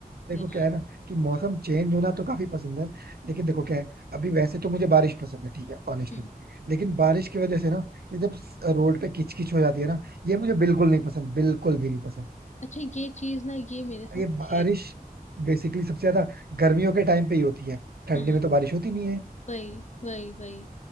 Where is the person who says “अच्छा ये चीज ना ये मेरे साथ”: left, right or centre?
Left